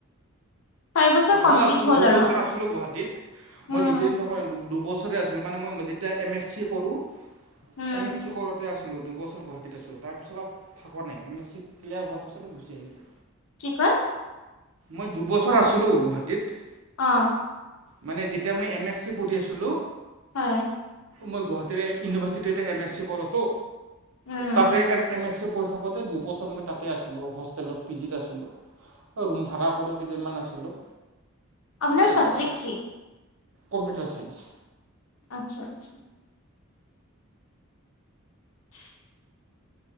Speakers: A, on the left; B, on the right.
A: চাৰি বছৰ
B: মই
A: কমপ্লিট
B: আছো,
A: হ'ল
B: দুবছৰ
A: আৰু
B: আছিলো গুৱাহাটীত।
A: উম
B: মই বেছি দিন থকা নাই। দু দুবছৰে আছিলোঁ। মানে মই যেতিয়া এম এছ চি কৰোঁ
A: উম
B: এম এছ চি কৰোতে আছোঁ। -লো। দুইবছৰ গুৱাহাটীত আছো। তাৰ পিছত পৰা থকা নাই। এম এছ চি ক্লিয়াৰ হোৱাৰ পিছত গুছি আহিলো।
A: কি কয়?
B: মই দুবছৰ আছিলো। গুৱাহাটীত।
A: অ
B: মানে যেতিয়া মই এম এছ চি পঢ়ি আছিলো
A: হয়।
B: মই গুৱাহাটীৰে ইউনিভাৰ্চিটিতে এম এছ চি কৰোঁতো
A: উম
B: তাতে এম এম এছ চি প থাকোঁতে দুবছৰ মই তাতে আছিলোঁ হোষ্টেলত। পিজিত আছিলোঁ, ৰুম ভাড়া কৰিও কেইদিনমান আছিলোঁ।
A: আপোনাৰ
B: তেনেকৈ
A: চাবজেক্ট
B: আৰু
A: কি?
B: Computer science.
A: আচ্ছা। আচ্ছা। <inaudible>